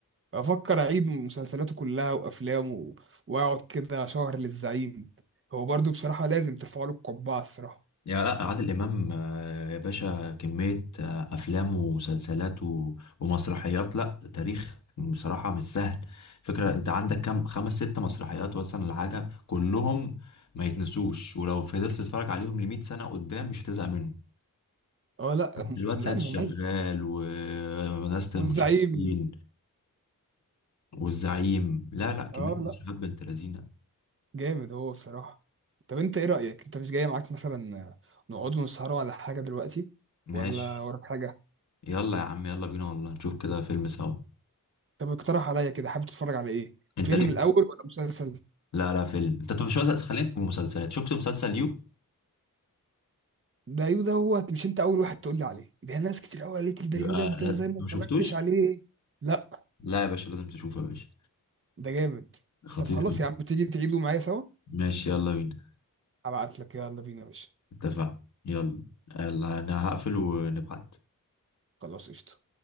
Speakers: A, on the right (about 40°); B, on the left (about 55°).
A: افكر اعيد مسلسلاته كلها وافلامه و- واقعد كده شهر للزعيم هو برضو بصراحه لازم ترفع له القبعه الصراحه
B: يا لا عادل امام آه، يا باشا كميه آه، افلام ومسلسلات و- ومسرحيات لا تاريخ بصراحه مش سهل فكره انت عندك كام خمس ست مسرحيات مثلا الحاجه كلهم ما يتنسوش ولو فضلت تتفرج عليهم لمية سنه قدام مش هتزهق منهم
A: اه لا هم-
B: الواد
A: لا
B: سيد
A: مميز
B: شغال وناس المشرفين
A: والزعيم
B: والزعيم لا لا كمية
A: اه
B: مسرحيات
A: لا
B: بنت لذينة
A: جامد هو بصراحه طب انت ايه رايك انت مش جاي معاك مثلا نقعد نسهروا على حاجه دلوقتي
B: ماشي
A: ولا وراك حاجه
B: يلا يا عم يلا بينا والله نشوف كده فيلم سوا
A: طب اقترح عليا كده حابب تتفرج على ايه
B: انت
A: فيلم
B: ليه
A: الاول ولا مسلسل
B: لا لا فيلم انت طب شو خلينا في المسلسلات شفت مسلسل يو
A: دايو ده يو دوت مش انت اول واحد تقول لي عليه ده ناس كتير قوي قالت لي ده
B: يبقى
A: يو ده انت زي ما
B: ما
A: اتفرجتش
B: شفتوش
A: عليه لا
B: لا يا باشا لازم تشوفه يا باشا
A: ده جامد
B: خطير
A: طب خلاص
B: أوي
A: يا عم تيجي تعيدوا معايا سوا
B: ماشي يلا بينا
A: ابعت لك يلا بينا يا باشا
B: اتفق يلا يلا انا هقفل ونبعت
A: خلاص قشطة